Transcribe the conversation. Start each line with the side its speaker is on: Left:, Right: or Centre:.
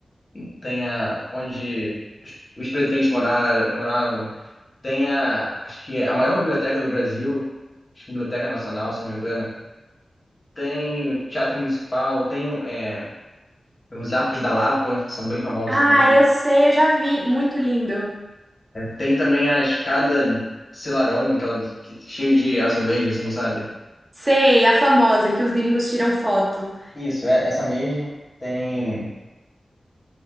Left: né? Tem a, onde os, os presidentes morar, moravam. Tem a, acho que é a maior biblioteca do Brasil, acho que Biblioteca Nacional, se não me engano. Tem o Teatro Municipal, tem é, os Arcos da Lapa, que são bem famosos
Right: Ah,
Left: também.
Right: eu sei, eu já vi. Muito lindo.
Left: Tem também a escada Selarón, aquela que, cheio de azulejo, assim, sabe?
Right: Sei, a famosa que os gringos tiram foto.
Left: Isso, é essa mesmo. Tem,